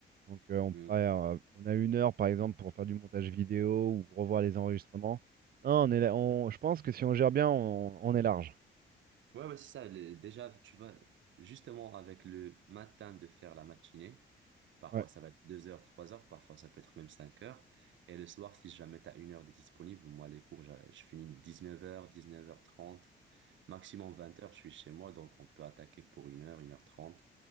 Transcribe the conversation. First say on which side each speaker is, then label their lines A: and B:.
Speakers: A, on the right; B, on the right.
A: Donc euh, on pourrait,
B: Mm.
A: euh, on a une heure par exemple pour faire du montage vidéo ou revoir les enregistrements. Non, on est là- on- je pense que si on gère bien, on, on est large.
B: Ouais, ouais, c'est ça. le- déjà, tu vois, justement, avec le matin de faire la matinée, parfois
A: Ouais.
B: ça va être 2 heures, 3 heures, parfois ça peut être même 5 heures. Et le soir, si jamais tu as une heure de disponible, moi, les cours, je, je finis 19h, 19h30, maximum 20h, je suis chez moi, donc on peut attaquer pour une heure, une heure trente,